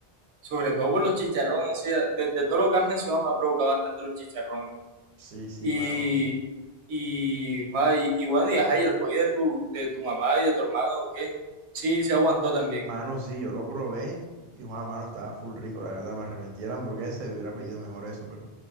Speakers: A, on the right; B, on the right.
A: Sobre todo por los chicharrones, así, de, de todo lo que has mencionado me ha provocado bastante los chicharrones.
B: Sí, sí,
A: Y,
B: mano.
A: y, ah, y, y bueno, y ajá, y el apoyo de tu, de tu mamá y de tu hermano, ¿qué? Sí, se aguantó también.
B: Mano, sí, yo lo probé y Juan, mano, estaba full rico, la verdad, me arrepentí de la hamburguesa y hubiera pedido mejor eso, pero,